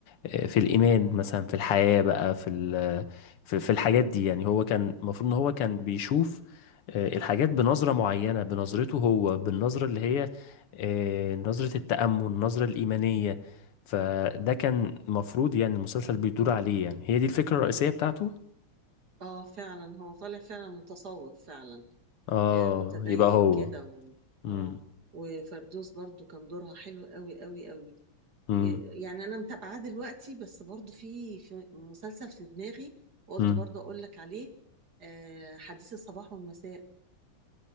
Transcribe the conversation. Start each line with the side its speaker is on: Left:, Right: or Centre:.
Left: آه، في الإيمان مثلا في الحياة بقى في ال- في في الحاجات دي يعني هو كان المفروض ان هو كان بيشوف آه، الحاجات بنظرة معينة بنظرته هو بالنظرة اللي هي آه، نظرة التأمل النظرة الإيمانية فده كان مفروض يعني المسلسل بيدور عليه يعني هي دي الفكرة الرئيسية بتاعته
Right: اه فعلا هو طالع فعلا متصوف فعلا
Left: اه
Right: آه متدين
Left: يبقى هو
Right: كده و...
Left: امم
Right: اه وفردوس برضو كان دورها حلو قوي قوي قوي
Left: امم
Right: آه يعني انا متابعاه دلوقتي بس برضو في في مسلسل في دماغي قلت
Left: امم
Right: برضو اقول لك عليه آه حديث الصباح والمساء